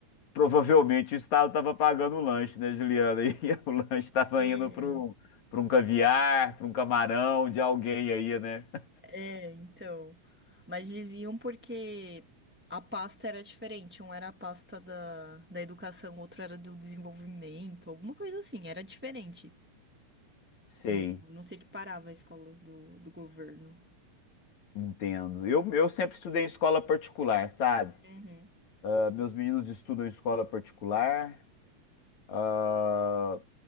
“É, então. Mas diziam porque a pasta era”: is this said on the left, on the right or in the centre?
Centre